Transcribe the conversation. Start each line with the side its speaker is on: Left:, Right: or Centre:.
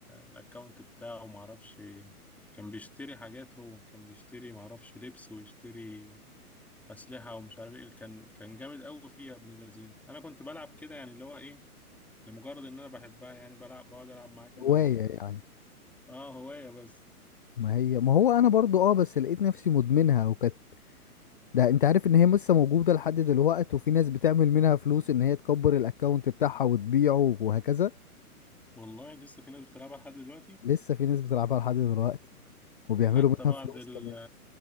Centre: الأكاونت بتاعه معرفش كان بيشتري حاجات هو كان بيشتري معرفش لبس ويشتري اسلحه ومش عارف ايه كان كان جامد قوي فيه يا ابن اللذين انا كنت بلعب كده يعني اللي هو ايه لمجرد ان انا بحبها يعني بلعب بقعد العب معاه كده
Left: هوايه
Centre: بس
Left: يعني
Centre: اه هوايه بس
Left: ما هي ما هو انا برضو اه بس لقيت نفسي مدمنها وكانت ده انت عارف ان هي لسه موجوده لحد دلوقت وفي ناس بتعمل منها فلوس ان هي تكبر الاكونت بتاعها وتبيعه وهكذا
Centre: والله لسه في ناس بتلعبها لحد دلوقتي
Left: لسه في ناس بتلعبها لحد دلوقتي وبيعملوا
Centre: حتى
Left: منها
Centre: بعد
Left: فلوس
Centre: ال
Left: كمان